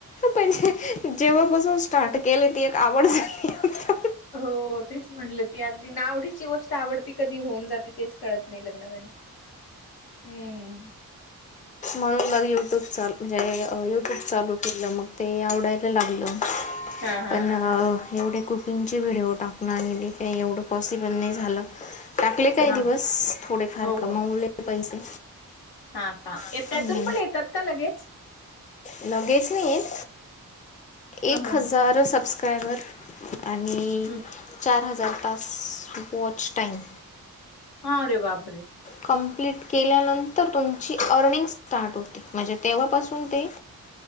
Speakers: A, on the left (about 20°); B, on the left (about 85°).
A: णजे जेव्हा बासून स्टार्ट केले ती एक आवड झाली आता.
B: हो तेच म्हटलं ती अगदी नावडीची गोष्ट आवडती कधी होऊन जात तेच कळत नाही लग्नाना हम्म
A: मग यूट्यूब चाल म्हणजे यूट्यूब चालू केलं मग ते आवडायला लागलं
B: हा हा
A: पण
B: हा हा
A: एवढे कुकिंगची व्हिडिओ टाकण. काही एवढं पॉसिबल नाही झालं. टाकले काही
B: हा
A: दिवस. थोडेफार
B: हो हो
A: कमावले पैसे.
B: हा का? त्यातून
A: हम्म.
B: पण येतात का लगेच.
A: लगेच नाही येत.
B: हा
A: एक
B: हा
A: हजार
B: हा
A: सबस्क्रायबर आणि
B: हम्म
A: चार हजार पास, वॉच टाईम.
B: हा रे बापरे.
A: कंप्लीट केल्यानंतर तुमची अर्निंग स्टार्ट होती. म्हणजे तेव्हापासून ते.